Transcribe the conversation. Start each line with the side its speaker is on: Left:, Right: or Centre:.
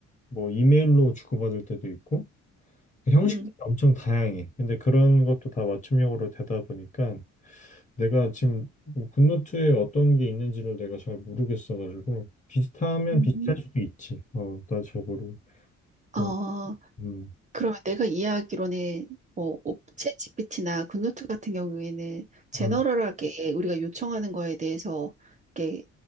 Left: 뭐 이메일로 주고받을 때도 있고 그 형식들이
Right: 응.
Left: 엄청 다양해. 근데 그런 것도 다 맞춤형으로 되다 보니까 내가 지금 굿노트에 어떤 게 있는지를 내가 잘 모르겠어가지고 비슷하면
Right: 음.
Left: 비슷할 수도 있지. 어, 나 잘 모르고.
Right: 어,
Left: 음, 음,
Right: 그러면 내가 이해하기로는 뭐 챗GPT나 굿노트 같은 경우에는 제너럴하게
Left: 음,
Right: 우리가 요청하는 거에 대해서 이렇게